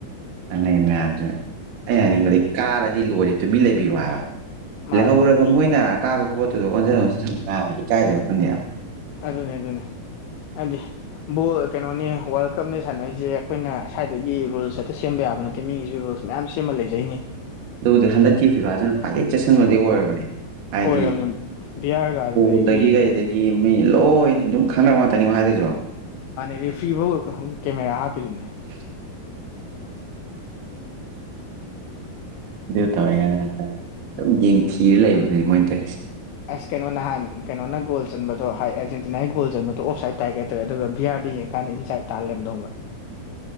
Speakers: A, on the right; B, on the left.
A: ꯪꯩ ꯃꯌꯥꯝꯁꯤꯅ ꯑꯩ ꯍꯥꯏꯅꯤꯡꯕꯗꯤ ꯀꯥꯔꯗꯤ ꯂꯣꯜꯂꯤꯦ ꯇꯨꯃꯤ ꯂꯩꯕꯤꯔꯣ ꯍꯥꯏꯕ
B: ꯃꯥꯅꯦ
A: ꯂꯩꯍꯧꯔꯕ
B: ꯃꯤ
A: ꯃꯣꯏꯅ ꯑꯀꯥꯕ ꯄꯣꯠꯇꯨꯗ ꯑꯣꯟꯁꯤꯟ ꯑꯣꯟꯁꯤꯟ ꯉ ꯏꯀꯥꯏꯗꯕ ꯈꯪꯗꯦꯕ
B: ꯑꯗꯨꯅꯦ ꯑꯗꯨꯅꯦ ꯍꯥꯏꯗꯤ ꯀꯩꯅꯣꯅꯤ ꯋꯥ ꯀꯞꯅꯩ ꯁꯥꯟꯅꯩꯁꯦ ꯑꯩꯈꯣꯏꯅ ꯁ꯭ꯋꯥꯏꯗꯒꯤ ꯔꯨꯜꯁ ꯍꯦꯛꯇ ꯁꯦꯝꯕ ꯌꯥꯕ ꯅꯠꯇꯦ ꯃꯤꯒꯤꯁꯨ ꯔꯨꯜꯁ ꯃꯌꯥꯝ ꯁꯦꯝꯃ ꯂꯩꯖꯩꯅꯤ
A: ꯑꯗꯨꯕꯨꯗꯤ ꯍꯟꯗꯛꯀꯤ ꯐꯤꯚꯥꯁꯤꯅ ꯈ꯭ꯋꯥꯏꯗꯒꯤ ꯆꯦꯛꯁꯤꯟꯕꯗꯤ ꯑꯣꯏꯔꯕꯅꯤ ꯍꯥꯏꯗꯤ
B: ꯑꯣꯏꯔꯕꯅꯤ ꯕꯤ ꯑꯥꯔꯒ ꯑꯗꯨꯗꯒꯤ
A: ꯎꯗꯒꯤ ꯀꯩꯗꯒꯤ ꯒꯤ ꯃꯤ ꯂꯣꯏꯅ ꯑꯗꯨꯝ ꯈꯪꯅꯔ ꯉꯥꯛꯇꯅꯤꯀꯣ ꯍꯥꯏꯗꯨꯁꯨ
B: ꯃꯥꯅꯦ ꯔꯤꯐ꯭ꯔꯤꯐꯧ ꯀꯦꯃꯦꯔꯥ ꯍꯥꯞꯄꯤꯗꯨꯅꯦ
A: <unintelligible> ꯑꯗꯨ ꯇꯧꯦ ꯌꯥꯔ ꯇꯧꯋꯦ ꯑꯗꯨꯝ ꯌꯦꯡꯊꯤꯔ ꯂꯩꯕꯅꯤ ꯃꯣꯏꯅ ꯇꯁꯦ
B: ꯑꯁ ꯀꯩꯅꯣ ꯅꯍꯥꯟ ꯀꯩꯅꯣꯅ ꯒꯣꯜ ꯆꯟꯕꯗꯣ ꯍꯥꯏ ꯑꯔꯖꯦꯟꯇꯤꯅꯥꯒꯤ ꯒꯣꯜ ꯆꯟꯕꯗꯣ ꯑꯣꯞꯁꯥꯏꯠ ꯇꯥꯔꯒꯦꯠ ꯇ ꯑꯗꯨꯒ ꯚꯤꯌꯥꯥꯔꯗ ꯌꯦꯡꯀꯥꯟꯗ ꯏꯟꯁꯥꯏꯠ ꯇꯥꯍꯜꯂꯦ ꯑꯃ ꯊꯣꯡꯕ